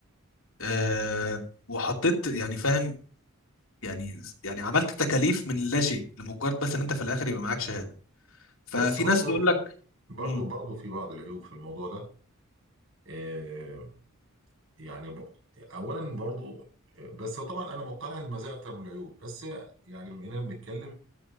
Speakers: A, on the left; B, on the right.
A: آه، وحطيت يعني فاهم يعني يعني عملت تكاليف من لا شيء لمجرد بس ان انت في الاخر يبقى معاك شهاده ففي
B: بص برضو
A: ناس بيقول لك
B: برضو
A: مم،
B: برضو في بعض العيوب في الموضوع ده آه، يعني ب- اولا برضو آه، بس طبعا انا مقتنع ان المزايا اكتر من العيوب بس يعني بما اننا بنتكلم